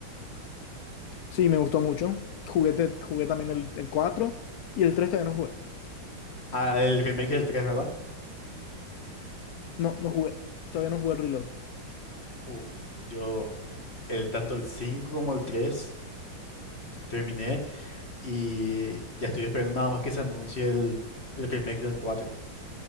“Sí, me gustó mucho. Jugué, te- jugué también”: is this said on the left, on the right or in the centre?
Left